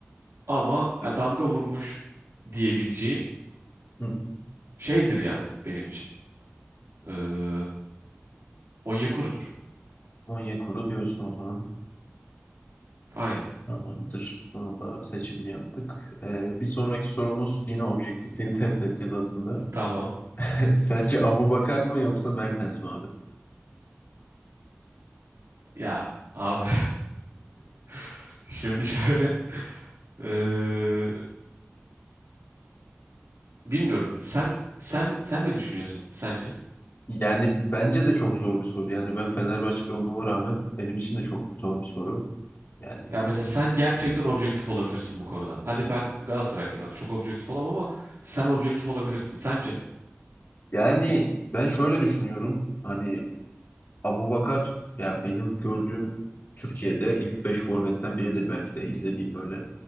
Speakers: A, on the right; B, on the left.
A: Ama
B: evet.
A: ya damga vurmuş diyebileceğim
B: Hı.
A: şeydir yani benim için. Ee, Onyekuru'dur.
B: Onyekuru diyorsun o zaman.
A: Aynen.
B: Tamamdır. Bunu da seçimini yaptık. E, bir sonraki sorumuz yine objektifliğini test edeceğiz aslında.
A: Tamam.
B: <laughs> Sence Abubakar mı yoksa Mertens mi abi?
A: Ya abi <laughs> şimdi şöyle eee, bilmiyorum. Sen sen sen ne düşünüyorsun sence?
B: Yani bence de çok zor bir soru. Yani ben Fenerbahçeli olmama rağmen benim için de çok zor bir soru. Yani
A: Ya mesela sen gerçekten objektif olabilirsin bu konuda. Hadi ben Galatasaraylıyım. Hadi çok objektif olamam ama sen objektif olabilirsin sence?
B: yani ben şöyle düşünüyorum. Hani Abubakar ya benim gördüğüm Türkiye'de ilk 5 forvetten biridir belki de izlediğim böyle.